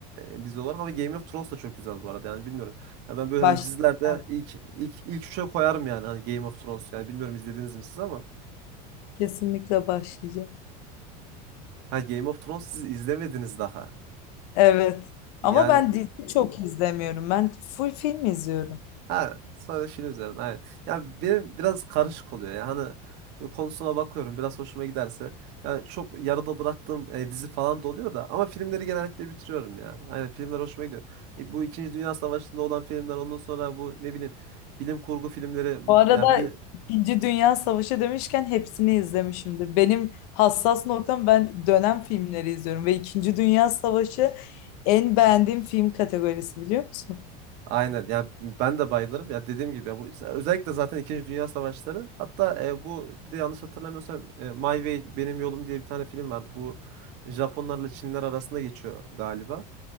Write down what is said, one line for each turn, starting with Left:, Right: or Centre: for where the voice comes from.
Right: e, dizi olarak ama Game of Thrones da çok güzel bu arada yani bilmiyorum. Ya ben böyle
Left: Başlayacağım.
Right: hani dizilerde ilk ilk ilk üçe koyarım yani hani Game of Thrones yani bilmiyorum izlediniz mi siz ama
Left: Kesinlikle başlayacağım.
Right: ha Game of Thrones siz izlemediniz daha.
Left: Evet.
Right: Yani
Left: Ama ben dizi çok izlemiyorum. Ben full film izliyorum.
Right: Ha, sadece film üzerine aynen. Ya benim biraz karışık oluyor ya. Hani şöyle konusuna bakıyorum biraz hoşuma giderse. Ya çok yarıda bıraktığım e, dizi falan da oluyor da ama filmleri genellikle bitiriyorum ya. Aynen filmler hoşuma gidiyor. E, bu İkinci Dünya Savaşı'nda olan filmler ondan sonra bu ne bileyim bilim kurgu filmleri m-
Left: Bu arada
Right: ya bil-
Left: İkinci Dünya Savaşı demişken hepsini izlemişimdir. Benim hassas noktam ben dönem filmleri izliyorum ve İkinci Dünya Savaşı en beğendiğim film kategorisi biliyor musun?
Right: aynen ya ben de bayılırım. Ya dediğim gibi ya bu özellikle zaten İkinci Dünya Savaşları. Hatta e, bu bir de yanlış hatırlamıyorsam e, My Way Benim Yolum diye bir tane film vardı. Bu Japonlarla Çinler arasında geçiyor galiba.